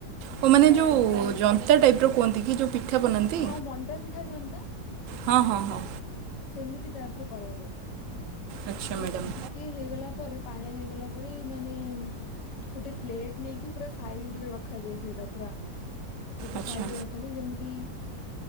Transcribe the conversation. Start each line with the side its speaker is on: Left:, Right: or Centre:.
Right: ଓ ମାନେ
Left: ତାରେ
Right: ଯୋଉ
Left: ପଡେ
Right: ଜନ୍ତା ଟାଇପ୍ ର କୁହନ୍ତି କି ଯୋଉ ପିଠା ବନାନ୍ତି?
Left: ହଁ ମଣ୍ଡା ପିଠା ଜନ୍ତା
Right: ହଁ ହଁ ହଁ।
Left: ସେମିତି ଟାଇପ ର କରାଯାଏ
Right: ଆଚ୍ଛା
Left: ତ
Right: ମ୍ୟାଡ଼ାମ୍
Left: ଟିକେ ହେଇଗଲା ପରେ। ପାଣି ହେଇଗଲା ପରେ ମାନେ ଗୋଟେ ପ୍ଲେଟ୍ ନେଇିକି। ପୁରା ସାଇଜରେ ରଖାଯାଏ ସେଇଟା ପୁରା ଗୋଟେ
Right: ଆଚ୍ଛା।
Left: ସାଇଜରେ ରଖାଯାଏ ଯେମିତି।